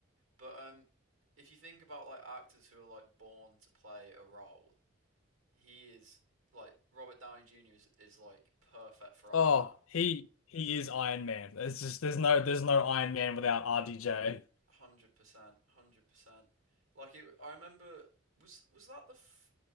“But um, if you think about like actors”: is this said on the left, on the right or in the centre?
Right